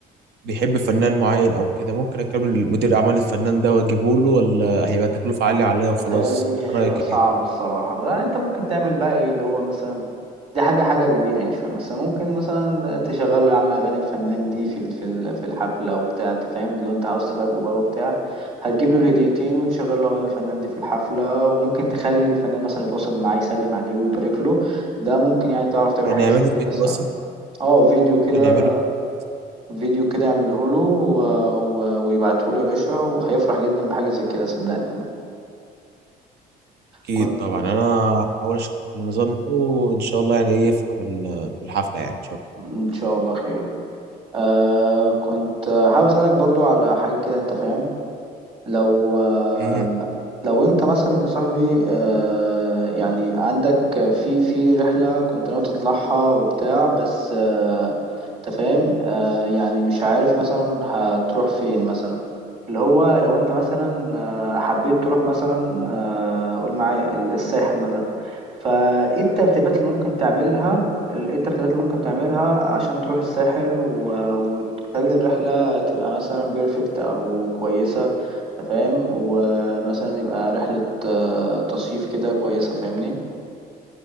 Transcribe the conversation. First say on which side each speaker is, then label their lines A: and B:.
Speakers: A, on the right; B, on the right.
A: بيحب فنان معين او كده ممكن اكلم مدير اعمال الفنان ده واجيبه له ولا هيبقى تكلفة عالية عليا وخلاص
B: تهيألي هيبقى
A: إيه رايك
B: صعب
A: ايه
B: الصراحة بقى انت ممكن تعمل بقى ايه اللي هو مثلا دي حاجة حاجة كبيرة يعني شوية بس ممكن مثلا تشغل له يا عم أغاني الفنان دي في ال- في ال- في الحفلة وبتاع أنت فاهم اللي هو أنت عاوز تفاجئه بقى وبتاع هتجيب له الهديتين وتشغل له أغاني الفنان دي في الحفلة وممكن تخلي الفنان مثلا يتواصل معاه يسلم عليه ويبارك له ده ممكن يعني تعرف تعمل
A: يعني
B: حاجة
A: اعمله
B: زي كده
A: فيديو
B: الصراحة
A: مثلا
B: اه فيديو كده
A: يعني اعمله فيديو
B: فيديو كده اعمله له و... و... ويبعته له يا باشا وهيفرح جدا بحاجة زي كده صدقني
A: اكيد
B: كنت
A: طبعا انا هحاول اشوف النظام ده وان شاء الله يعني ايه يفرح بال- بالحفلة يعني ان شاء
B: إن شاء الله خير آه كنت آه، حابب أسألك برضو على حاجة كده أنت فاهم لو آه،
A: الله مهم.
B: لو انت مثلا يا صاحبي آه، يعني عندك في في رحلة كنت ناوي تطلعها وبتاع بس آه، انت فاهم آه، يعني مش عارف مثلا هتروح فين مثلا اللي هو لو انت مثلا آه، حبيت تروح مثلا آه، قول معايا ال- الساحل مثلا فايه الترتيبات اللي ممكن تعملها ال- ايه الترتيبات اللي ممكن تعملها عشان تروح الساحل و- وتخلي الرحلة تبقى مثلا بيرفكت او كويسة أنت فاهم ومثلا يبقى رحلة آه، تصيف كده كويسة فاهمني